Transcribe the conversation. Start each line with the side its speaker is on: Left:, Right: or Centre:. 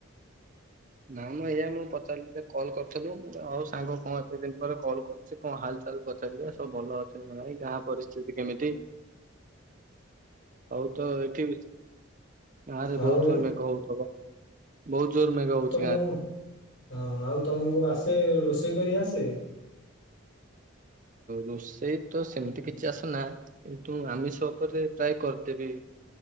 Right: ନା ନା ଏୟା ମୁଁ ପଚାରି କଲ କରିଥିଲୁ ଆଉ ସାଙ୍ଗ କଣ ଏତେ ଦିନ ପରେ କଲ କରିୁଛି କଣ ହାଲ ଚାଲ ପଚାରିବି ସବୁ ଭଲ ଅଛି ନାଇଁ ଗାଁ ପରିସ୍ଥିତି କେମିତି? ହଉ ତ ଏଠି ଆରେ
Left: ଆଉ
Right: ବହୁତ ଜୋର ମେଘ ହଉଥିବ ବହୁତ ଜୋର ମେଘ ହୋଉଛି।
Left: ମୁଁ ହଁ ଆଉ ତମକୁ ଆସେ ରୋଷେଇ। ପ୍ରୀଙ୍ଗରୀୟା ଆସେ।
Right: ରୋଷେଇ ତ ସେମିତି କିଛି ଆସନା କିନ୍ତୁ ଆମିଷ ଉପରେ ପ୍ରାୟ କରିଦେବି